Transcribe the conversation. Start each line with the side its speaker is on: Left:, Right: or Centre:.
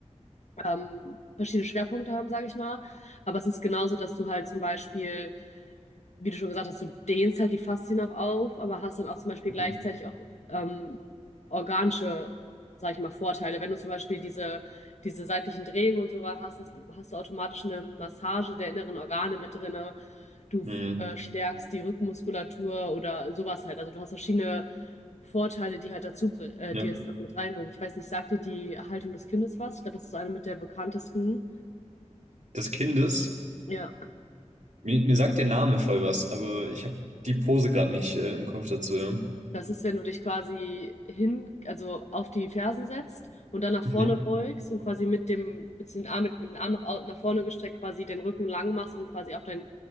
Left: ähm, verschiedene Schwerpunkte haben, sage ich mal. Aber es ist genauso, dass du halt zum Beispiel wie du schon gesagt hast, du dehnst halt die Faszien auch auf, aber hast dann auch zum Beispiel gleichzeitig
Right: Mhm.
Left: auch ähm, organische, sag ich mal, Vorteile. Wenn du zum Beispiel diese, diese seitlichen Drehungen und so weiter hast, das, hast du automatisch eine Massage der inneren Organe mit drinne. Du
Right: Mhm.
Left: äh, stärkst die Rückenmuskulatur oder sowas halt. Also du hast verschiedene Vorteile, die halt dazu, äh,
Right: Ja.
Left: die es mit reinbringen. Ich weiß nicht, sagt dir die Haltung des Kindes was? Ich glaube, das ist eine mit der bekanntesten.
Right: Des Kindes.
Left: Ja.
Right: Mir, mir sagt der Name voll was, aber ich habe die Pose gerade nicht äh, im Kopf dazu, ja.
Left: Das ist, wenn du dich quasi hin, also auf die Fersen setzt und dann nach
Right: Mhm.
Left: vorne beugst und quasi mit dem, mit den Arm, mit, mit dem Arm nach, au- nach vorne gestreckt quasi den Rücken lang machst und quasi auf dein,